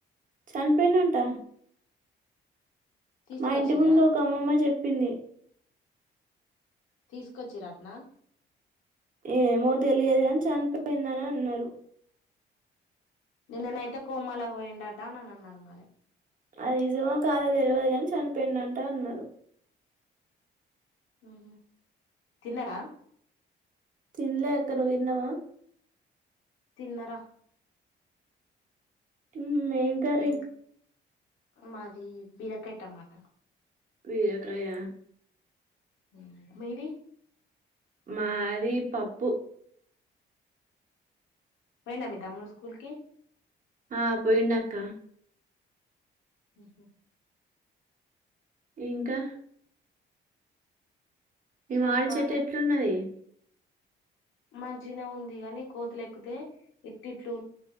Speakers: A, on the right; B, on the left.
A: చనిపోయిను అంట
B: తీసుకొచ్చిరా
A: మా ఇంటి ముందు ఒక అమ్మమ్మ చెప్పింది
B: తీసుకొచ్చి రట్న
A: ఏమో తెలియదు అని చనిపోయిందని అన్నారు
B: నిన్ననయితే కోమలాగా పోయిండట అని అని అన్నారు మరి
A: అది నిజమో కాదోగుడలు ఊ ఎక్స్యూయూ ఈ తెలియదు కాని చనిపోడి అంట
B: ఉహు తిన్నరా
A: తినలేఅక్క ను తినవా
B: తిన్నర
A: మ్ మేయిన్కరీ
B: ఏం మాది బీరకాయ టమాట
A: బీరకాయ
B: మ్ మీది
A: మాది పప్పు
B: పోయినా మీ తమ్ముడు స్కూల్కి
A: ఆ పోయిండు అక్క
B: ఊహు
A: ఇంకా మీ
B: చెప్పాలే
A: మాడి చెట్టు ఎట్లున్నది
B: మంచిగనీ ఉంది కాగాని కోతులు ఎక్కితే ఇట్ట్లు